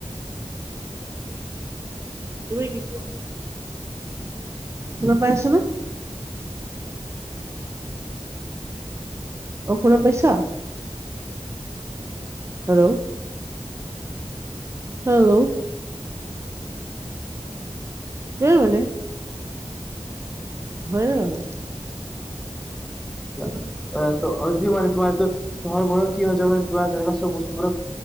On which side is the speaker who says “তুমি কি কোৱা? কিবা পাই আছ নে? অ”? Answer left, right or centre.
Right